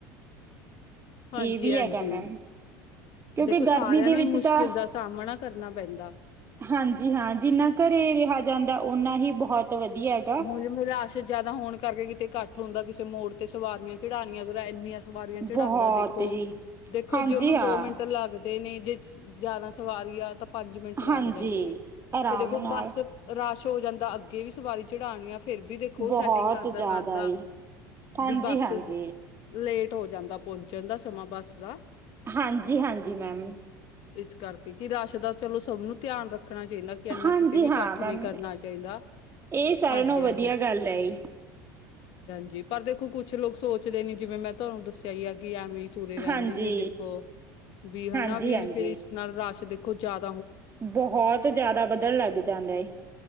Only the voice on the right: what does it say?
ਇਹ ਵੀ
ਹੈਗਾ ਮੈਮ ਕਿਉਂਕਿ
ਗਰਮੀ
ਦੇ
ਵਿੱਚ
ਤਾਂ
ਹਾਂਜੀ ਹਾਂ ਜਿੰਨਾ ਘਰੇ ਰਿਹਾ ਜਾਂਦਾ ਓਨਾ ਹੀ ਬਹੁਤ ਵਧੀਆ ਹੈਗਾ
ਬਹੁਤ
ਜੀ
ਹਾਂਜੀ
ਹਾਂ
ਹਾਂਜੀ
ਆਰਾਮ
ਨਾਲ
ਬਹੁਤ
ਜ਼ਿਆਦਾ
ਏ ਹਾਂਜੀ
ਹਾਂਜੀ
ਹਾਂਜੀ- ਹਾਂਜੀ ਮੈਮ
ਹਾਂਜੀ
ਹਾਂ
ਮੈਮ
ਇਹ ਸਾਰਿਆਂ
ਨਾਲ ਵਧੀਆ ਗੱਲ ਐ ਜੀ
ਹਾਂਜੀ
ਹਾਂਜੀ
ਹਾਂਜੀ
ਬਹੁਤ ਜਿਆਦਾ ਵੱਧਣ ਲੱਗ ਜਾਂਦਾ ਏ